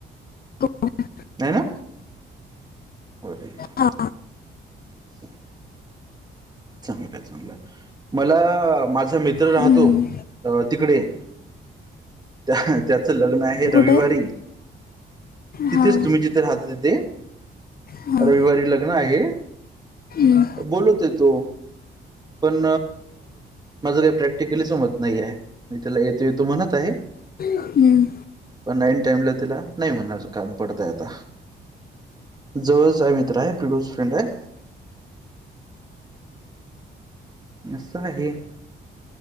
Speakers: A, on the left; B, on the right.
A: हो.
B: नाहीय ना? हो ठीक आहे
A: हां
B: स चांगला चांगला मला माझा मित्र राहतो
A: हं.
B: अ तिकडे त्या त्याचं लग्न आहे रविवारी
A: कुठे
B: तिथेच
A: हां
B: तुम्ही जिथे राहता येते
A: हां
B: रविवारी लग्न आहे.
A: हं,
B: बोलवते तो पण माझ काही प्रॅक्टिकली जमत नाही आहे, मी त्याला येतो येतो म्हणत आहे.
A: हं.
B: पण आईन टाईमला त्याला नाही म्हणणार कारण पडतय आता. जवळच आहे मित्र आहे क्लोज फ्रेंड आहे. अससं आहे आहे.